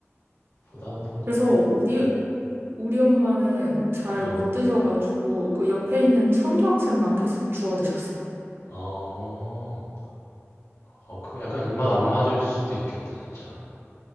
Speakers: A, on the left; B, on the right.
A: 보다 뭐,
B: 그래서 우리
A: 음,
B: 우리 엄마는 잘
A: 어,
B: 못 드셔가지고 그 옆에 있는 청경채만 계속 주워 드셨어.
A: 어, 어, 그 약간 입맛 안 맞을 수도 있겠다, 진짜.